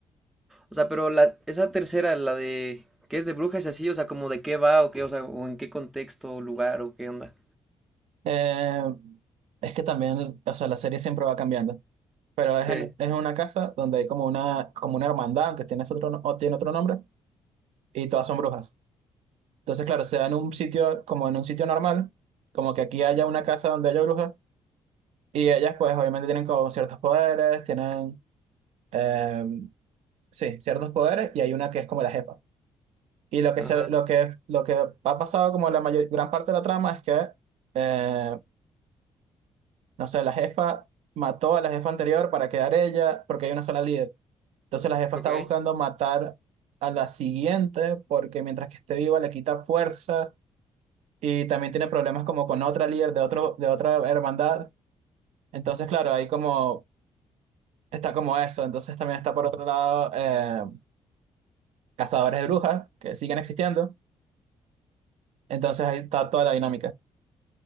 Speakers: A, in the centre; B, on the right.
A: O sea, pero la, esa tercera, la de que es de brujas y así, o sea, como de qué va o qué, o sea, o en qué contexto, lugar o qué onda.
B: Eh, es que también, o sea, la serie siempre va cambiando, pero
A: Sí,
B: es en, es en una casa donde hay como una, como una hermandad, aunque tiene otro, no- o tiene otro nombre, y todas son brujas. Entonces, claro, se da en un sitio, como en un sitio normal, como que aquí haya una casa donde haya brujas Y ellas pues obviamente tienen como ciertos poderes, tienen, em, sí, ciertos poderes y hay una que es como la jefa. Y lo que,
A: ajá,
B: se, lo que, lo que ha pasado como la mayor, gran parte de la trama es que, eh, no sé, la jefa mató a la jefa anterior para quedar ella porque hay una sola líder. Entonces la jefa
A: ok.
B: está buscando matar a la siguiente porque mientras que esté viva le quita fuerza y también tiene problemas como con otra líder de, otro, de otra hermandad. Entonces, claro, ahí como... Está como eso, entonces también está por otro lado eh, cazadores de brujas que siguen existiendo. Entonces ahí está toda la dinámica.